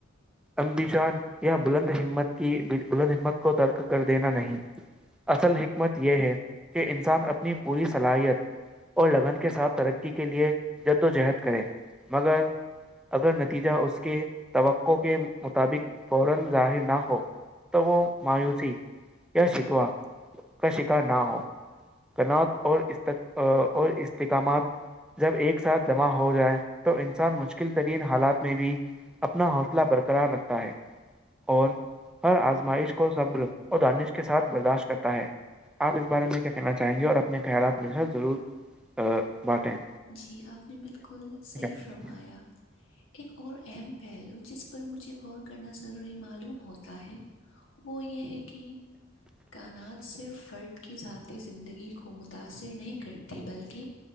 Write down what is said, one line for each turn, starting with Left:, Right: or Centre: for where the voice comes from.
Centre: امبیشان یہ بلند ہمت کی بلند ہمت کو ترک کر دینا نہیں اصل حکمت یہ ہے کہ انسان اپنی پوری صلاحیت اور لگن کے ساتھ ترقی کے لیے جد وجہد کرے مگر اگر نتیجہ اس کے توقع کے مطابق فورا ظاہر نہ ہو تگ مایوسی کیا شکوا کا شکھا نہ ہو کن اور اور استحکامات جب ایک ساتھ جمع ہو جائے تو انسان مشکل ترین حالات میں بھی اپنا حوصلہ برقرار رکھتا ہے اور ہر آزمائش کو صبر اور دانش کے ساتھ برداشت کرتا ہے آپ اس بارے میں کیا کہنا چاہیں گے اور اپنے خیالات مجھ ضرور باٹیں
Left: جی آپ نے بالکل صحیح
Centre: سوچتی
Left: فرمایا
Centre: ہیں
Left: ایک اور اہم پہلو جس پر مجھے غور کرنا ضروری معلوم ہوتا ہے وہ یہ ہے کہ کانات سے فردکی ذی زندگی کو متاثر نہیں کرتی بلکہ